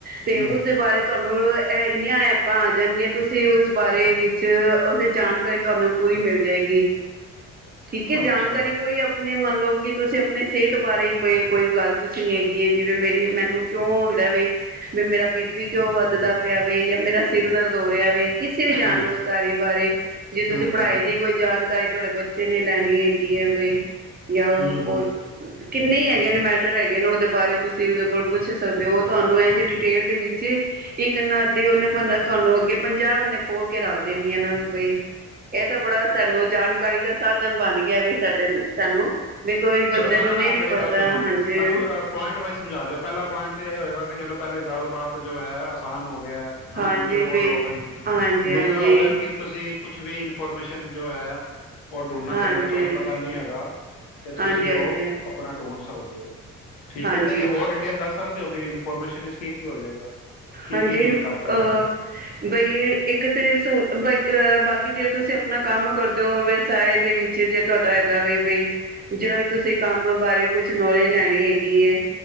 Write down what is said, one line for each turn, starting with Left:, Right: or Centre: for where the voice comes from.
Right: ਤੇ
Left: ਹੂੰ
Right: ਉਸਦੇ ਬਾਰੇ ਤੁਹਾਨੂੰ ਆ ਇੰਨੀਆਂ ਐਪਾਂ ਆ ਜਾਣਗੀਆਂ ਤੁਸੀਂ ਉਸ ਬਾਰੇ ਵਿੱਚ ਉਸਦੀ ਜਾਣਕਾਰੀ ਤੁਹਾਨੂੰ ਪੂਰੀ ਮਿਲ ਜਾਏਗੀ ਠੀਕ ਹੈ
Left: ਅੱਛਾ
Right: ਜਾਣਕਾਰੀ ਕੋਈ ਆਪਣੇ ਮੰਨ ਲਓ ਕਿ ਤੁਸੀਂ ਆਪਣੇ ਸਿਹਤ ਬਾਰੇ ਕੋਈ ਗੱਲ ਪੁੱਛਣੀ ਹੈਗੀ ਹੈ ਜਿਵੇਂ ਮੇਰੀ ਮੈਨੂੰ ਉਹ ਹੁੰਦਾ ਵੀ, ਵੀ ਮੇਰਾ ਬੀਪੀ ਕਿਉਂ ਵੱਧ ਦਾ ਪਿਆ ਵੇ ਜਾਂ ਮੇਰਾ ਸਿਰ ਦਰਦ ਹੋ ਰਿਹਾ ਵੋ। ਕਿਸੇ ਵੀ ਜਾਣਕਾਰੀ
Left: ਹੂੰ ਹੂੰ
Right: ਬਾਰੇ, ਜੇ ਤੁਸੀਂ
Left: ਹੂੰ
Right: ਪੜ੍ਹਾਈ
Left: ਹੂੰ
Right: ਦੀ ਕੋਈ ਜਾਣਕਾਰੀ, ਤੁਹਾਡੇ ਬੱਚੇ ਨੇ ਲੈਣੀ ਹੈਗੀ ਹੈ। ਬਈ, ਜਾਂ ਉਹ
Left: ਹੂੰ
Right: ਕੋਈ,
Left: ਹੂੰ
Right: ਕਿੰਨੇ ਹੈਗੇ ਨੇ ਮੈਟਰ ਹੈਗੇ ਨੇ। ਉਹਦੇ ਬਾਰੇ ਤੁਸ ਤੇ ਉਹਦੇ ਕੋਲ ਪੁੱਛ ਸਕਦੇ ਹੋ। ਤੁਹਾਨੂੰ ਇੰਝ ਡਿਟੇਲ ਦੇ ਵਿੱਚ ਇੱਕ ਨਾ ਅੱਧੀ, ਉਹਨੇ ਪਨਾ ਤੁਹਾਨੂੰ ਅੱਗੇ ਪੰਜਾਹ ਉਹਨੇ ਖੋਲ ਕੇ ਰੱਖ ਦੇਣੀਆਂ ਨਾ ਬਈ। ਇਹ ਤਾਂ ਬੜਾ ਸਾਨੂੰ, ਜਾਣਕਾਰੀ ਦਾ ਸਾਧਨ ਬਣ ਗਿਆ ਵੀ ਸਾਡੇ, ਸਾਨੂੰ ਵੀ ਕੋਈ ਬੰਦੇ
Left: ਚਲੋ ਮੈਨੂੰ
Right: ਨੂੰ
Left: ਨਾ
Right: ਨਹੀਂ
Left: ਮੇਰੀ
Right: ਵੀ ਪਤਾ
Left: ਗੱਲ ਸੁਣੋ
Right: ਹਾਂਜੀ
Left: ਮੈਨੂੰ ਅਹ ਪੁਆਇੰਟ ਵਾਈਜ਼ ਸਮਝਾ ਦਿਓ। ਪਹਿਲਾ ਪੁਆਇੰਟ ਤੇ ਇਹ ਹੋਏਗਾ ਕਿ ਚਲੋ ਪਹਿਲੇ ਗੱਲਬਾਤ ਜੋ ਹੈ ਆਸ ਤਾਂਨ ਹੋ ਗਿਆ
Right: ਹਾਂਜੀ
Left: ਹਨਾ ਵੀਡੀਓ ਕਾਲ
Right: ਬਈ
Left: ਹੋ ਗਈ
Right: ਹਾਂਜੀ
Left: ਤੇ ਦੂਸਰਾ
Right: ਹਾਂਜੀ
Left: ਹੋ ਗਿਆ ਕਿ ਤੁਸੀਂ ਕੁਛ ਵੀ ਇਨਫੋਰਮੇਸ਼ਨ ਜੋ ਹੈ ਉਹ ਡੂੰਡਣਾ
Right: ਹਾਂਜੀ
Left: ਚਾਹੁੰਦੇ ਹੋ ਤੁਹਾਨੂੰ ਪਤਾ ਨਹੀਂ ਹੈਗਾ। ਤੁਸੀਂ
Right: ਹਾਂਜੀ
Left: ਉਹ
Right: ਹਾਂਜੀ
Left: ਆਪਣਾ ਟੋਂਨ ਕਰ ਸਕ ਕਰ ਦਿਓ ਠੀਕ
Right: ਹਾਂਜੀ
Left: ਹੈ ਇਹਦੇ ਚੇ ਹੋਰ ਡਿਟੇਲ ਦੱਸ ਸਕ ਬਈ ਇਨਫੋਰਮੇਸ਼ਨ ਵਿੱਚ ਕੀ ਕੀ ਹੋ ਜਾਏਗਾ। ਕੀ
Right: ਹਾਂਜੀ
Left: ਕੀ ਦੀ ਕਰ ਸਕਦੇ
Right: ਅਹ ਬਈ ਇੱਕ ਤੇ ਸੋਲ ਬਾਈ ਬਾਕੀ ਜੇੇ ਤੁਸੀਂ ਆਪਣਾ ਕੰਮ ਕਰ ਦਿਓ ੳਵੇ ਸਏ ਦੇ ਵਿੱਚ ਜੇ ਤੁਹਾਡਾ <unintelligible> ਵੀ ਬਈ ਜਿਹੜਾ ਵੀ ਤੁਸੀਂ ਕੰਮ ਬਾਰੇ ਕੁਛ ਨੌਲੇਜ ਲੈਣੀ ਹੈਗੀ ਏ,